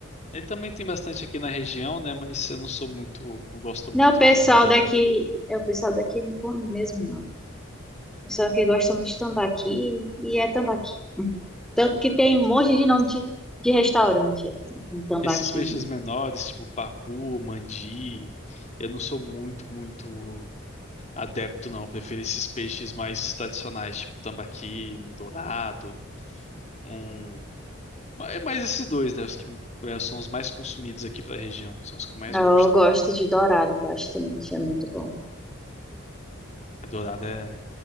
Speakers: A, on the left (about 35°); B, in the centre.
A: Ele também tem bastante aqui na região, né? Mas eu não sou muito, não gosto
B: Não,
A: muito
B: é o pessoal
A: de mandi,
B: daqui,
A: não.
B: é o pessoal daqui não come mesmo não. O pessoal que gosta muito de tambaqui e é tambaqui. Hum. Tanto que tem um monte de nome de, de restaurante assim, com tambaqui.
A: Esses peixes menores, tipo pacu, mandi, eu não sou muito, muito adepto, não. Eu prefiro esses peixes mais tradicionais, tipo tambaqui, um dourado, um. ma- É mais esses dois, né? Os que eh, são os mais consumidos aqui pra região, são os que eu mais
B: né? Eu
A: gosto.
B: gosto de dourado bastante, é muito bom.
A: É dourado é